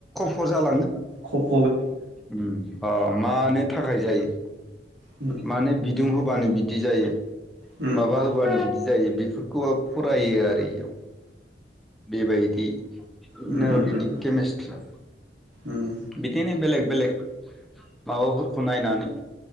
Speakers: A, in the centre; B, on the right (about 80°).
A: खरजालाङो।
B: खब
A: ओम अ मानो थाखाय जायो?
B: उम
A: माने बि दुं होबानो बिदि जायो
B: उम
A: माबा होबानो बिदि जायो बेफोरखौ फरायो आरो इयाव। बेबायदि
B: उम
A: नो
B: उम
A: बिनि
B: उम
A: केमेसट्रा
B: उम
A: बिदिनो बेलेग बेलेग माबाफोरखौ नायनानै